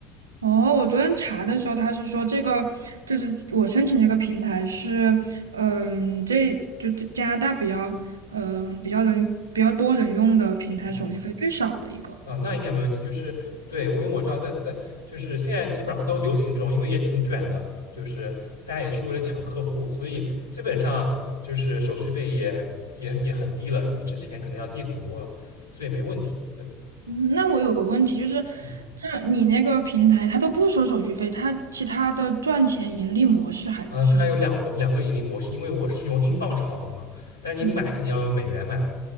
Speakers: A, on the right (about 85°); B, on the left (about 90°).
A: 哦，我昨天查的时候，他是说这个就是我申请这个平台是，嗯，这就这加拿大比较，嗯，比较人比较多人用的平台，
B: 嗯。
A: 手续费最少的一个。
B: 啊，那应该没问题。就是对我，因为我知道在在就是现在基本上都流行这种，因为也挺卷的，就是大家也是为了抢客户，所以基本上就是手续费也也也很低了，比之前可能要低很多了，所以没问题。对，
A: 嗯，那我有个问题就是，
B: 嗯，
A: 这你那个平台，它都不收手续费，它其他的赚钱盈利模式还是什么？
B: 呃，它有两个两个盈利模式，因为我是用英镑炒的嘛，但是你买肯定要用美元买，
A: 嗯